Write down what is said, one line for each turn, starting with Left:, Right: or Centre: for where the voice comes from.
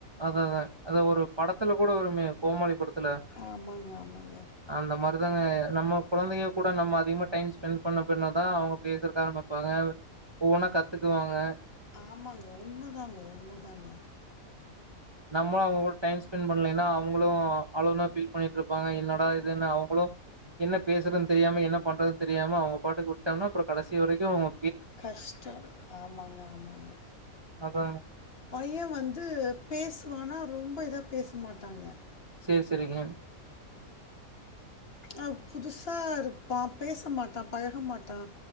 Right: அததா அத ஒரு படத்துல கூட வருமே கோமாளிபடத் துல
Left: ஆமாங்க ஆமாங்க
Right: அந்த மாரிதாங்க நம்ம கொழந்தைக கூட நம்ம அதிகமா டைம் ஸ்பெண்ட் பண்ண பண்ணதான் அவுங்க பேசறத ஆரம்பிப்பாங்க ஒவ்வொன்னா கத்துக்குவாங்க
Left: ஆமாங்க உண்ம தாங்க உண்ம தாங்க
Right: நம்ம அவுங்க கூட டைம் ஸ்பெண்ட் பண்லைன்னா அவுங் அவுங்களும் அழுவுனா ஃபீல் பண்ணிட்டு இருப்பாங்க என்னடா இதுன்னு அவுங்களும் என்ன பேசுறதுன் தெரியாம என்ன பண்றது தெரியாம அவங்க பாட்டுக்கு விட்டம்னா அப்புறொ கடைசி வரைக்கு அவுங்க
Left: கஷ்டொ ஆமாங்க ஆமாங்க
Right: அப்ப
Left: பைய வந்து பேசுவானா ரொம்ப இதா பேச மாட்டாங்க
Right: சேரி செரிங்க
Left: அஹ் புதுசா இருப்பா பேச மாட்டா பழக மாட்டா